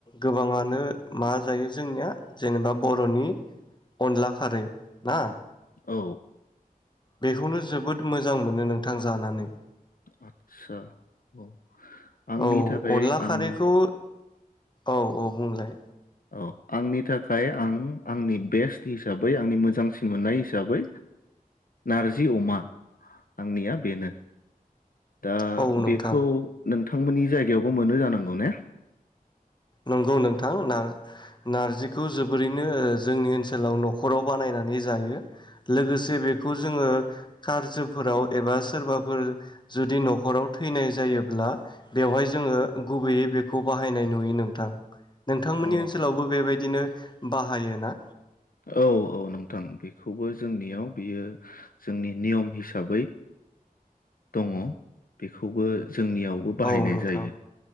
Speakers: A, on the left; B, on the left.
A: गोबाङानो मा जायो जोंनिया जेनेबा बर'नि अनला खारै ना
B: औ
A: बेखौनो जोबोद मोजां मोनो नोंथां जानानै
B: आतसा औ आंनि
A: औ
B: थाखाय
A: अनला
B: आं
A: खारैखौ औ -औ बुंलाय
B: औ आंनि थाखाय आं आंनि बेस्ट हिसाबै आंनि मोजांसिन मोननाय हिसाबै नारजि अमा आंनिया बेनो दा
A: औ नोंथां
B: बेखौ नोंथां नोंथांमोननि जायगायावबो मोनो जानांगौ ने
A: नंगौ नोंथां नारजिखौ जोबोरैनो जोंनि ओनसोलाव न'खराव बानायनानै जायो लोगोसे बेखौ जोङो कारजफोराव एबा सोरबाफोर जुदि न'खराव थैनाय जायोब्ला बेवहाय जोङो गुबैयै बेखौ बाहायनाय नुयो नों नोंथां नोंथांमोननि
B: अ
A: ओनसोलावबो बेबायदि बिदिनो बाहायोना
B: औ औ नोंथां बेखौबो जोंनियाव बियो जोंनि नियम हिसाबै दङ बेखौबो जोंनियावबो बाहायनाय
A: औ नोंथां
B: जायो